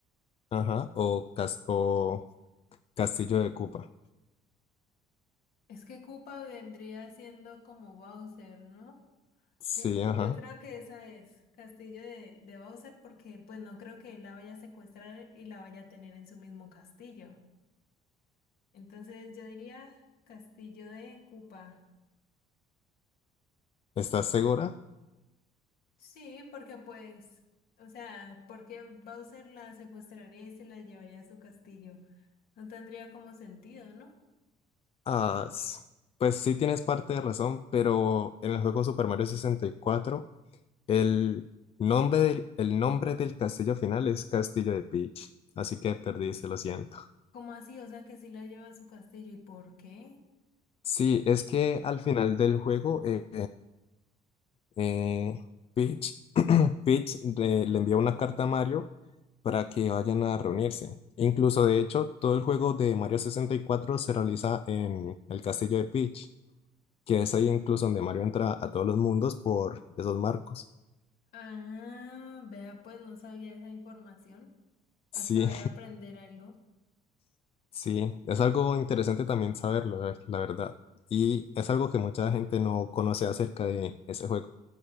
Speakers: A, on the left; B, on the left.
A: Ajá. O, cas- o Castillo de Koopa.
B: Es que Koopa vendría siendo como Bowser, ¿no?
A: Sí,
B: Yo,
A: ajá.
B: yo creo que esa es Castillo de, de Bowser porque pues no creo que él la vaya a secuestrar y la vaya a tener en su mismo castillo. Entonces yo diría Castillo de Koopa.
A: ¿Estás segura?
B: Sí, porque pues, o sea, porque Bowser la secuestraría y se la llevaría a su castillo. No tendría como sentido, ¿no?
A: Ah, s- pues sí tienes parte de razón, pero en el juego Super Mario 64, el nombre del, el nombre del castillo final es Castillo de Peach. Así que perdiste, lo siento.
B: ¿Cómo así? O sea, que sí la lleva a su castillo. ¿Y por qué?
A: Sí, es que al final del juego, eh, eh, Peach, Peach, eh, le envía una carta a Mario para que vayan a reunirse. Incluso, de hecho, todo el juego de Mario sesenta y cuatro se realiza en el castillo de Peach, que es ahí incluso donde Mario entra a todos los mundos por esos marcos.
B: Ah, vea, pues no sabía esa información. Acabé
A: Sí,
B: de aprender algo.
A: <laughs> sí, es algo interesante también saberlo, la la verdad. Y es algo que mucha gente no conoce acerca de ese juego.